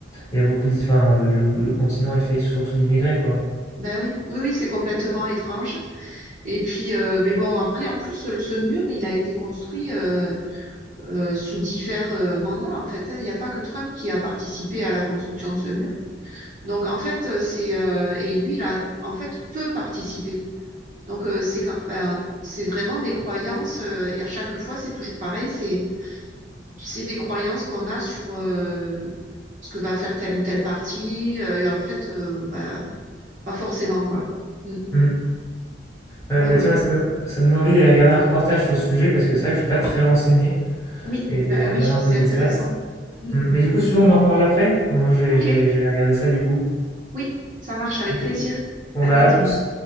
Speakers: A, on the left; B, on the right.
A: il y a beaucoup d'i- enfin, euh, le, le continent est fait surtout d'immigrés, quoi.
B: ben oui, oui, oui, c'est complètement étrange. Et puis, euh, mais bon, après, en plus, le- ce mur, il a été construit euh, euh, sous divers euh, mandats, en fait. hein. Il n'y a pas que Trump qui a participé à la construction de ce mur. Donc, en fait, euh, c'est euh, et lui, il a en fait peu participé. Donc, euh, c'est quand, ben, c'est vraiment des croyances euh, et à chaque fois, c'est toujours pareil. C'est c'est des croyances qu'on a sur euh, ce que va faire tel ou tel parti. Euh, et en fait, euh, ben, Pas forcément, quoi. Mm.
A: Hmm. Ouais,
B: Ouais,
A: bah
B: ouais.
A: tiens, ça, me ça me donne envie d'aller regarder un reportage sur le sujet parce que c'est vrai que je suis pas très renseigné
B: Oui,
A: et d'aller
B: ben
A: regarder
B: oui,
A: un
B: c'est
A: peu des
B: intéressant.
A: stats.
B: Mm.
A: Hmm. Mais du coup, si tu veux, on en reparle après. Moi, je vais,
B: Ok,
A: je vais, je vais regarder ça du coup.
B: oui, ça marche avec
A: Ok.
B: plaisir.
A: Bon,
B: À
A: bah,
B: bientôt.
A: à plus.